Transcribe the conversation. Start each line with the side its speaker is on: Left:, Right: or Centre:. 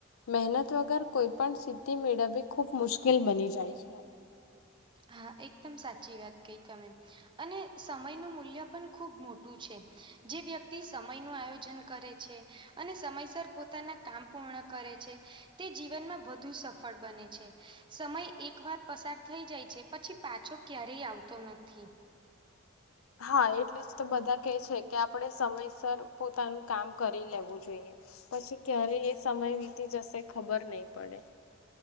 Left: મહેનત વગર કોઈપણ સિદ્ધિ મેળવવી ખૂબ મુશ્કેલ બની જાય છે.
Right: હા એકદમ સાચી વાત કઈ તમે. અને સમયનું મૂલ્ય પણ ખુબ મોટું છે. જે વ્યક્તિ સમયનું આયોજન કરે છે. અને સમયસર પોતાના કામ પૂર્ણ કરે છે, તે જીવનમાં વધુ સફળ બને છે, સમય એક વાર પસાર થઈ જાય છે પછી પાછો ક્યારેય આવતો નથી.
Left: હા એટલે જ તો બધા કે છે કે આપણે સમયસર પોતાનું કામ કરી લેવું જોઈએ. પછી ક્યારે એ સમય વીતી જશે ખબર નહી પડે.